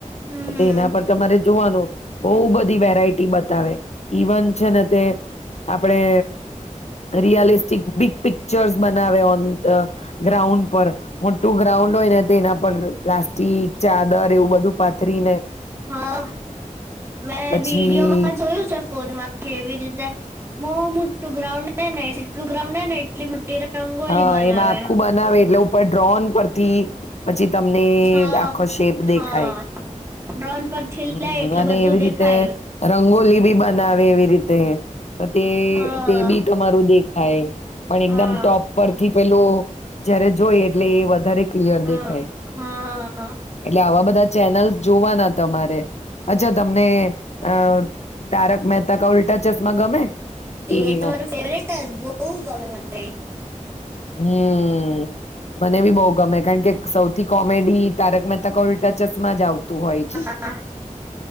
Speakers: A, on the right (about 20°); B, on the left (about 55°).
A: હમ
B: એના પર તમારે જોવાનું બહુ બધી વેરાયટી બતાવે ઈવન છે ને તે આપડે રિયલિસ્ટિક બિગ પિક પિક્ચર્સ બનાવે ઓન ગ્રાઉન્ડ પર. મોટું ગ્રાઉન્ડ હોય ને તે એના પર પ્લાસ્ટિક ચાદર એવું બધું પાથરી ને
A: હા મેં
B: પછી
A: વિડીયોમાં જોયું છે ફોનમાં કેવી રીતે બો મોટું. ગ્રાઉન્ડ એ જેટલું ગ્રાઉન્ડ ને એટલી મોટી રંગોલી
B: હા
A: બનાવે
B: એમાં આખું બનાવે એટલે ડ્રોન પરથી પછી તમને
A: હા
B: આખો શેપ દેખાય.
A: હા ડ્રોન પરથી
B: હમ
A: લે એટલે
B: અને
A: બધું
B: એવી
A: દેખાય
B: રીતે રંગોલી બી બ નાવે એવી રીતે. તો તે
A: હા.
B: તે બી તમારું દેખ થાય પણ
A: હા
B: એકદમ ટોપ પરથી પેલો જયારે જોય એટલે એ વધારે ક્લીઅર
A: હા.
B: દેખાય
A: હા
B: એટલે આવા બધા ચેનલ જોવાના તમારે અચા ત તમને અ તારક મહેતા ક ઉલ્ટા ચશ્મા ગમે ટીવીમાં
A: એ તો મારું ફેવરેટ જ બહું ગમે મને તોએ
B: હમ મને બી બો ગમે કારણ કે સૌથી કોમેડી તારક મહેતા ક ઉલ્ટા ચશ્મા જ આવતું હોય
A: હા